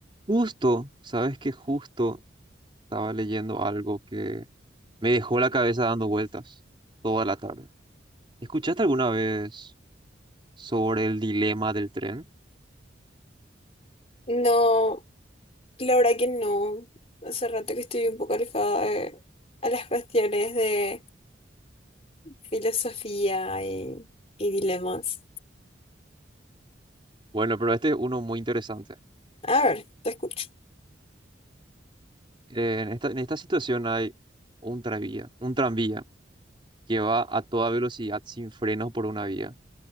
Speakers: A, on the right (about 25°); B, on the left (about 35°).
A: Justo, sabes que justo estaba leyendo algo que me dejó la cabeza dando vueltas toda la tarde. ¿Escuchaste alguna vez sobre el dilema del tren?
B: No, la verdad que no. Hace rato que estoy un poco alejada de- a las cuestiones de filosofía y, y dilemas.
A: Bueno, pero este es uno muy interesante.
B: A ver, te escucho.
A: Eh, en esta, en esta situación hay un tranvía, un tranvía que va a toda velocidad sin frenos por una vía.